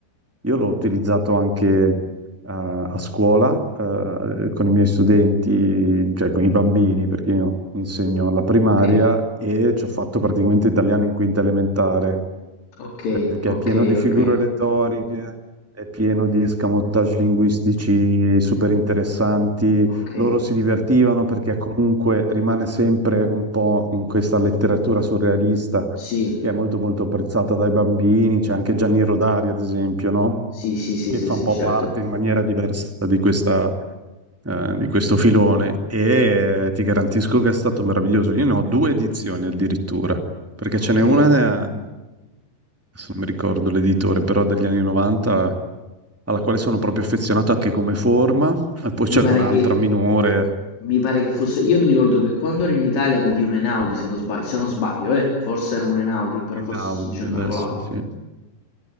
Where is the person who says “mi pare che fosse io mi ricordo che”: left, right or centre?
Left